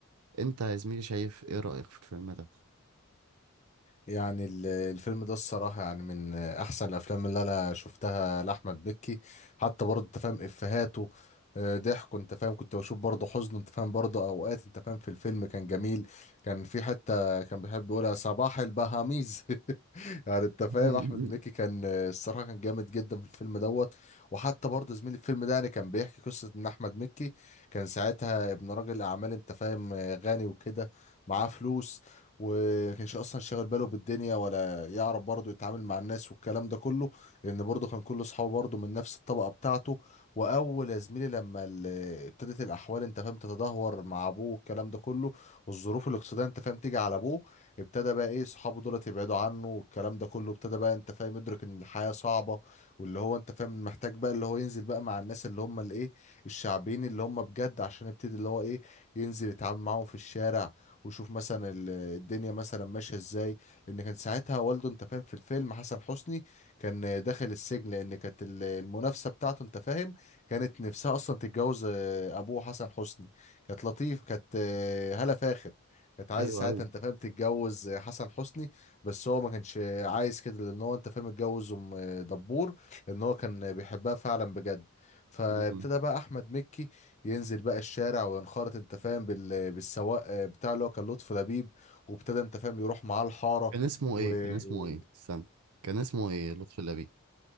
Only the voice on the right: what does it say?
انت يا زميلي شايف ايه رأيك في الفيلم ده
<laughs>
ايوه
ايوه
مم.
كان اسمه
ايه كان اسمه ايه استنى كان اسمه ايه لطفي لبيب